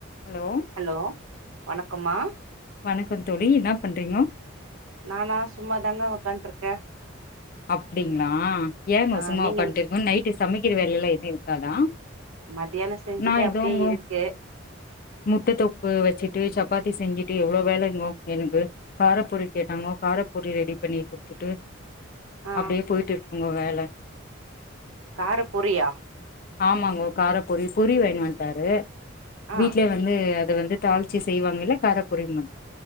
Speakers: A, on the left; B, on the right.
A: Hello
B: hello வணக்கம்மா
A: வணக்கோ தோழி என்னா பண்றீங்கோ
B: நானா சும்மாதாங்க ஒக்கான்ட்ருக்க
A: அப்டிங்ளா ஏங்க
B: ஆ
A: சும்மா
B: நீங்க
A: உக்கான்ட்டு
B: என்ன?
A: இருக்கோ நைட்டு சமைக்கிற வேலைலா எது இருக்காதா
B: மதியானோ செஞ்சது
A: நா இதோங்கோ
B: அப்டியே இருக்கு
A: முட்ட தொக்கு வச்சிட்டு சப்பாத்தி செஞ்சிட்டு எவ்ளோ வேலங்கோ எனக்கு காரப்பொரி கேட்டாங்கோ காரப்பபொரி ரெடி பண்ணிக் குத்துட்டு
B: ஆ
A: அப்டியே போயிட்டு இருக்குங்கோ வேல
B: காரப் பொரியா
A: ஆமாங்கோ காரப்பொரி பொரி வாங்கின்னு வந்ட்டாரு
B: ஆ
A: வீட்லயே வந் ந்து அத வந்து தாளிச்சி செய்வாங்கல்ல கார பொரி மாரி